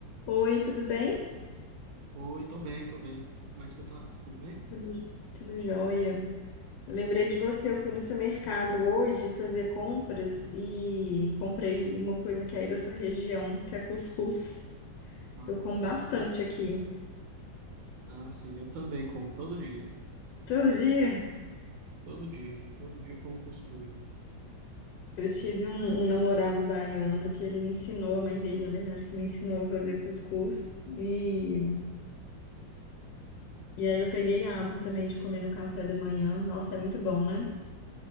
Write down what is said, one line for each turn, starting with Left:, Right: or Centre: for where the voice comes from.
Left: Oi, tudo bem?
Right: Oi, tô bem, tô bem. Como é que você tá? Tudo bem?
Left: Tudo, tudo jóia. Eu lembrei de você,
Right: Hum.
Left: eu fui no seu mercado hoje fazer compras e comprei uma coisa que é aí da sua região, que é cuscuz.
Right: Ah,
Left: Eu como bastante
Right: <laughs>
Left: aqui.
Right: Ah, sim, eu também como todo dia.
Left: Todo dia
Right: Todo dia. Todo dia como cuscuz.
Left: eu tive um, um namorado baiano que ele me ensinou, a mãe dele, na verdade, que me ensinou a fazer cuscuz. E, e aí eu peguei hábito também de comer no café da manhã. Nossa, é muito bom, né?